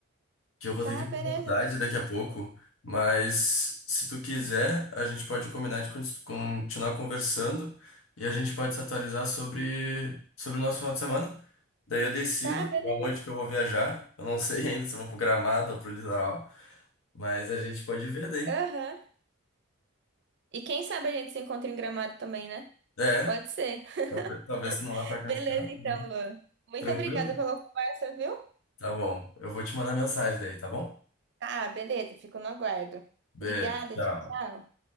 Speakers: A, on the left (about 80°); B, on the right (about 55°).
A: que eu vou
B: tá,
A: ter que ir
B: beleza.
A: pra faculdade daqui a pouco, mas se tu quiser, a gente pode combinar de con- continuar conversando e a gente pode se atualizar sobre, sobre o nosso final de semana. Daí eu decido
B: Tá,
A: pra
B: beleza.
A: onde que eu vou viajar. Eu não <laughs> sei ainda se eu vou pro Gramado ou pro litoral, mas a gente pode ver daí.
B: Aham. E quem sabe a gente se encontra em Gramado também, né?
A: É,
B: Pode ser.
A: talvez, talvez tu não
B: <laughs>
A: vá pra Cascavel,
B: Beleza, então,
A: né?
B: Luan. Muito
A: Tranquilo?
B: obrigada pela conversa, viu?
A: Tá bom. Eu vou te mandar mensagem daí, tá bom?
B: Ah, beleza, fico no aguardo.
A: Beijo,
B: Obrigada,
A: tchau.
B: tchau, tchau.